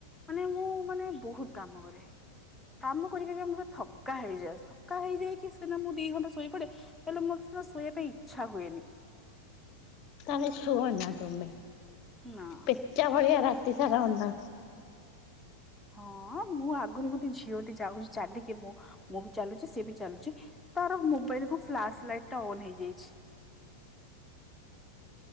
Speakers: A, in the centre; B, on the left.
A: ମାନେ ମୁଁ ମାନେ ବହୁତ କାମ କରେ। କାମ କରିକରି ମୋର ଥକା ହେଇଯାଏ ଥକା ହେଇଯାଇକି ସିନା ମୁଁ ଦି ଘଣ୍ଟା ଶୋଇପଡେ। ହେଲେ ମୋର ସିନା ଶୋଇବା ପାଇଁ ଇଚ୍ଛା ହୁଏନି।
B: ତମେ ଶୁଅନା ତୁମେ
A: ନା
B: ପେଚା ଭଳିଆ ରାତି ସାରା ଅନା।
A: ହଁ ମୁଁ ଆଗରୁ ଗୋଟେ ଝିଅଟି ଯାଉଛି ଚାଲିକି ମୁଁ ମୁଁ ବି ଚାଲୁଛି ସିଏ ବି ଚାଲୁଛି। ତାର ମୋବାଇଲ କଣ ଫ୍ଲାସ ଲାଇଟ୍ ଟା ଅନ୍ ହେଇଯାଇଛି।